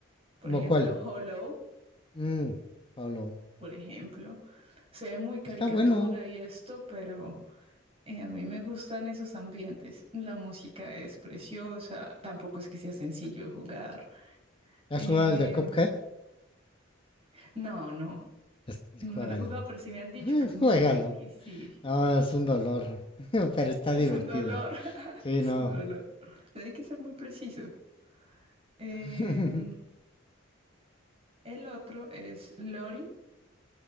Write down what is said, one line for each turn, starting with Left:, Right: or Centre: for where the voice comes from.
Right: Por
Left: ¿Cómo
Right: ejemplo,
Left: cuál?
Right: Hollow,
Left: Mm, Pablo.
Right: por ejemplo, se ve muy caricatura
Left: Está bueno.
Right: y esto, pero eh, a mí me gustan esos ambientes. La música es preciosa, tampoco es que sea sencillo de jugar.
Left: ¿Has
Right: Eh,
Left: jugado al de Cuphead?
Right: no, no,
Left: Es-
Right: no
Left: juégalo.
Right: lo he jugado, pero sí me han dicho
Left: <laughs>
Right: que es muy
Left: Juégalo.
Right: difícil.
Left: Ah,
Right: <laughs>
Left: es un dolor, <laughs> pero está
Right: Es
Left: divertido.
Right: un dolor, <laughs>
Left: Sí,
Right: es
Left: no.
Right: un dolor. Hay que ser muy preciso. En-
Left: <laughs>
Right: el otro es Lori.